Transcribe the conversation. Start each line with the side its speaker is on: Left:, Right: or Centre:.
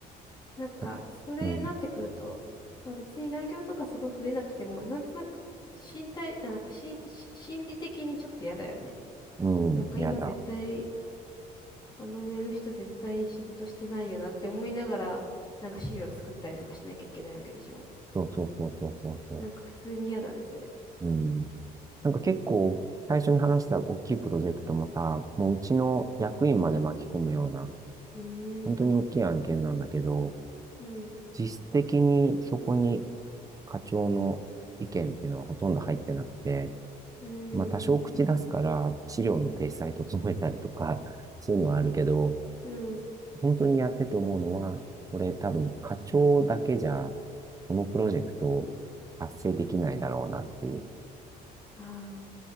Left: なんか、
Right: だ
Left: それになってくると、
Right: うん、
Left: まあ別に残業とかすごい増えなくても、なんとなく身体、あなんかしん、し心理的にちょっと嫌だよね。
Right: うん、
Left: なんか今絶対、
Right: やだ。
Left: あの上の人絶対仕事してないよなって思いながら、なんか資料作ったりとかしなきゃいけないわけでしょ。
Right: そうそうそうそうそうそ
Left: なんか普通に嫌だね、それ。
Right: う。うん。なんか結構、最初に話した大きいプロジェクトもさ、もううちの役員まで巻き込むような、
Left: うーん、
Right: 本当に大きい案件なんだけど、
Left: うん、
Right: 実質的にそこに課長の意見っていうのはほとんど入ってなくて、
Left: うーん、
Right: まあ、多少口出すから、資料の体裁整えたりとか、<laughs> そういうのはあるけど、
Left: うん、
Right: 本当にやってて思うのは、これ多分課長だけじゃ、このプロジェクト達成できないだろうなっていう。
Left: ああ、